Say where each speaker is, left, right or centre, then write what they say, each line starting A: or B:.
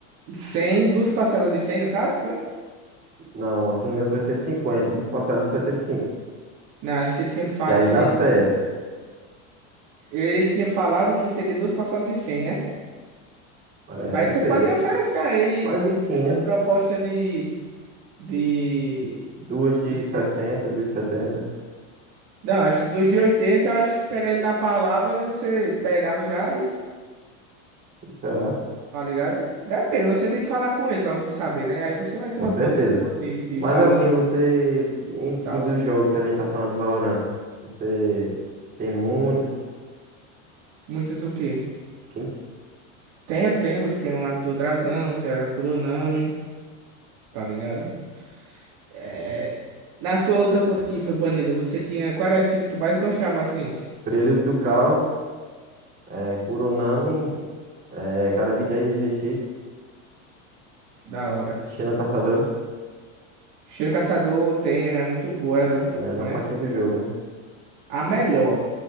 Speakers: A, on the right (about 50°); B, on the right (about 25°).
A: 100, duas parcelas de 100 no caso, foi?
B: Não, se eu não me engano foi cento e cinquenta. dos parcelados de setenta e cinco.
A: Não, acho que ele tinha fa-
B: que aí
A: feito.
B: dá certo.
A: Ele tinha falado que seria duas parcelas de cem né?
B: É,
A: Mas
B: não sei,
A: você pode
B: não
A: oferecer
B: sei.
A: a ele
B: Mas enfim,
A: essa
B: né?
A: proposta de, de
B: Duas de
A: Esse-
B: 60,
A: é,
B: duas de setenta,
A: Não, acho que dos de 80. acho que pegar ele na palavra e você pegava já e,
B: será?
A: tá ligado? Depende, você tem que falar com ele pra você saber, né? Aí você vai ter
B: Com
A: uma
B: certeza.
A: conta boa de, de
B: Mas
A: Valorant
B: assim, você,
A: com-
B: em
A: e
B: skin
A: tal.
B: do jogo que a gente tá falando de Valorant, você tem muitas
A: Muitas o quê?
B: skins.
A: Tenho, tenho, tenho a do Dragão, tenho a da Kuronami, tá ligado? É... Na sua outra conta que foi banida, você tinha. Qual era a skin que tu mais gostava assim?
B: Prelude do Caos, é, Kuronami, é, Karabita RGX,
A: Da hora.
B: Xena Caçadores,
A: Cheiro Caçador tem, é muito boa ela,
B: a melhor
A: né?
B: faquinha do jogo, né?
A: A melhor.